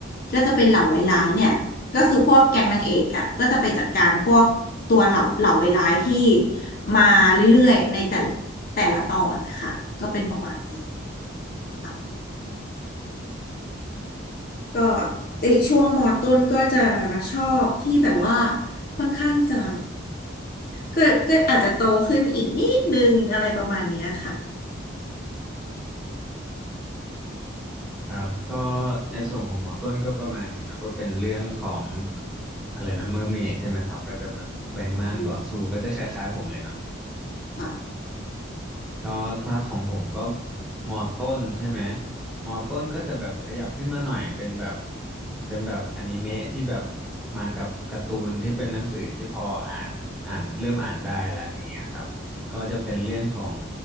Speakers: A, on the left (about 50°); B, in the centre.
A: ก็จะเป็นเหล่าไวร้ายเนี่ย ก็คือพวกแก๊งนางเอกอ่ะก็จะไปจัดการพวกตัวเหล่าเหล่าไวร้ายที่มาเรื่อยๆในแต่ละแต่ละตอนค่ะก็เป็นประมาณนี้ค่ะก็ในช่วงมอต้นก็จะชอบที่แบบว่าค่อนข้างที่จะก็ก็อาจจะโตขึ้นอีกนิดนึงอะไรประมาณเนี้ยค่ะ
B: ครับก็ในส่วนของหมอต้นก็ประมาณนี้เนาะก็เป็นเรื่องของอะไรนะเมอร์เมดใช่ไหมครับก็จะแบบแปลงร่างต่อสู้ก็จะคล้ายๆผมเลยเนาะ
A: อืมค่ะ
B: ก็ถ้าของผมก็มอต้นใช่ไหมมอต้นก็จะแบบขยับขึ้นมาหน่อยเป็นแบบเป็นแบบอนิเมะที่แบบมากับการ์ตูนที่เป็นหนังสือที่พออ่านอ่านเริ่มอ่านได้ละอย่างเงี้ยครับก็จะเป็นเรื่องของ